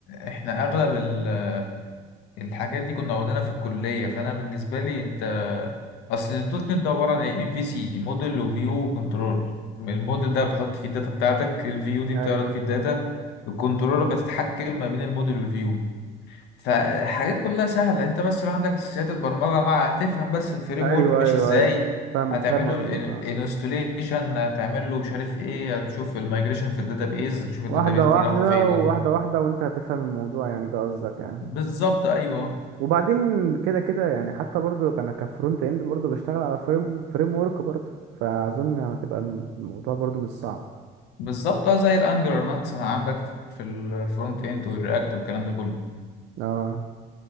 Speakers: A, on the left (about 85°); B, on the right (about 80°).
A: احنا اغلب ال- آه، الحاجات دي كنا واخدينها في الكليه فانا بالنسبه لي انت اصل الدوت نت ده عباره عن ايه ام في سي موديل وفيو وكنترول الموديل ده بتحط فيه الداتا بتاعتك الفيو دي
B: ايوه
A: بتعرض فيه الداتا
B: ايوه
A: الكنترولر بتتحكم ما بين الموديل والفيو فحاجات كلها سهله انت بس لو عندك اساسيات البرمجه مع هتفهم بس الفريم
B: ايوه
A: ورك ماشي
B: ايوه
A: ازاي
B: ايوه فاهم
A: هتعمل
B: فاهم
A: له
B: قصدك آه.
A: انستوليشن هتعمل له مش عارف ايه هتشوف المايجريشن في الداتابيز هتشوف الداتابيز
B: واحده
A: دي
B: واحده
A: رايحه فين
B: وواحده واحده وانت هتفهم الموضوع يعني ده قصدك يعني
A: بالظبط ايوه
B: وبعدين كده كده يعني حتى برضو انا كفرونت اند برضو بشتغل على فريم فريم ورك برضو فاظن هتبقى الم- الموضوع برضو مش صعب
A: بالظبط اه زي الانجلر مثلا عندك في الفرونت اند والرياكت والكلام ده كله
B: اه